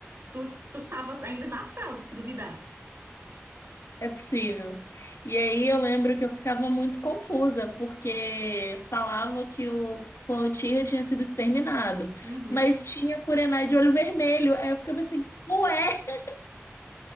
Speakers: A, on the right (about 65°); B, on the left (about 75°).
A: tu, tu tava ainda nas fraldas, se duvidar.
B: É possível. E aí eu lembro que eu ficava muito confusa, porque falava que o clã Uchiha tinha sido exterminado,
A: Uhum.
B: mas tinha Kurenai de olho vermelho. Aí eu ficava assim, ué?